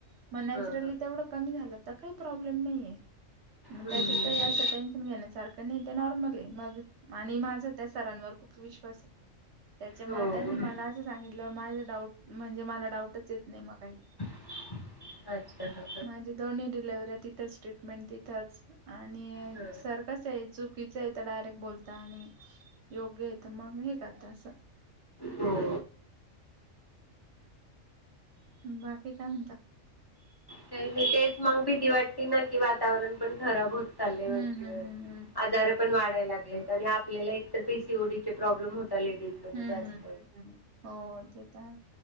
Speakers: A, on the right; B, on the left.
A: मग नॅचरली
B: हा हा
A: तेवढं कमी झालं तर काही प्रॉब्लेम नाहीय.. मग
B: हम्म
A: त्याच्यात काही असं टेन्शन घेण्यासारखंऽऽ आणि ते नॉर्मल आय,,, मग आणि माझा त्या सरांवर खूप विश्वास आय.. त्याच्यामुळे
B: हो
A: त्यांनी
B: हो
A: मला असं सांगितल्यावर माझ डाऊट म्हणजे,,, मला डाऊटच येत नाही मग काही..
B: <inaudible> हा
A: माझे दोनही डिलेवरी तिथऽऽ मे तिथच,, आणी
B: ह
A: सर कसयऽऽ य डायरेक्ट बोलता आणि,, योग्य ये त मग हे करता असंऽऽ
B: हो.
A: बाकी काय म्हनता
B: का नाही तेच मग भीती वाटते ना की वातावरण पण खराब होत चाललय
A: हम्म
B: वरचेवर
A: हम्म हम्म
B: आजार पण वाढाय लागलेत आणि आपल्याला एकतर पीसीओडी चे प्रॉब्लेम होतच आता लेडिज
A: हम्म
B: मध्ये जास्त
A: हम्म हम्म हम्म हम्म. हो ते तर आहे